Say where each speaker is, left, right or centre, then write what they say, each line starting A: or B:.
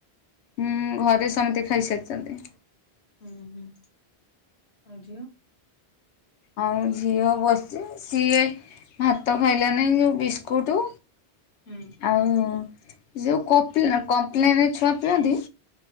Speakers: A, on the left; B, on the left.
A: ହୁଁ ଘରେ ସମତେ ଖାଇସାରିଚନ୍ତି।
B: ଉଁ ହୁଁ। ଆଉଝିଅ
A: ଆଉ ଝିଅ ବସିଚି। ସିଏ ଭାତ ଖାଇଲାନି ଯୋଉ ବିସ୍କୁଟ
B: ହୁଁ
A: ଆଉ ଯୋଉ କପଲେ କମ୍ପ୍ଲେନ ଛୁଆ ପିଅନ୍ତି